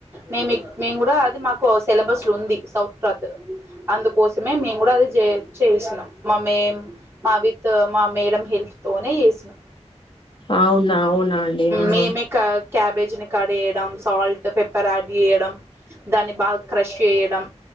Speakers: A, on the right; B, on the left.
A: మేము మేము కూడా అది మాకు సిలబస్ లో ఉంది సౌత్ ఫుడ్ <unintelligible> అందుకోసమే మేము కూడా అది చే చేయిసినం మా మేం మా విత్త మా మేడం హెల్ప్ తోనే చేసినం
B: అవునా అవునా అండి ఆహా
A: మేమే క క్యాబేజ్ని కడ్ చేేయడం సాల్ట్ పెప్పర్ యాడ్ చేయడం దాన్ని బాగా క్రష్ చేయడం